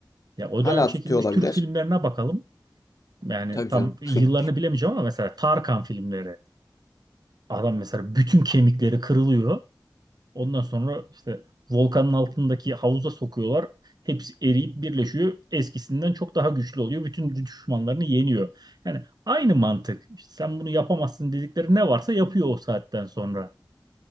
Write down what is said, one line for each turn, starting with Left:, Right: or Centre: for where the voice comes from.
Right: Ya o
Left: Hala
Right: dönem çekilmiş
Left: tutuyor olabilir.
Right: Türk filmlerine bakalım. Yani
Left: Tabii
Right: tam
Left: canım.
Right: yıllarını
Left: <laughs>
Right: bilemeyeceğim ama mesela Tarkan filmleri. Adam mesela bütün kemikleri kırılıyor. Ondan sonra işte volkanın altındaki havuza sokuyorlar. Hepsi eriyip birleşiyor. Eskisinden çok daha güçlü oluyor. Bütün düşmanlarını yeniyor. Yani aynı mantık. İşte sen bunu yapamazsın dedikleri ne varsa yapıyor o saatten sonra.